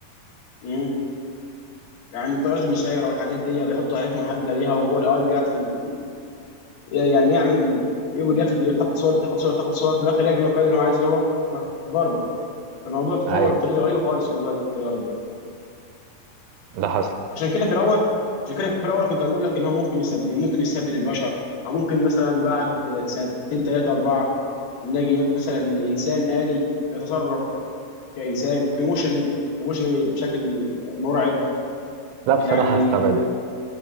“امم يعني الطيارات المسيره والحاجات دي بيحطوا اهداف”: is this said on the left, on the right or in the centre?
Left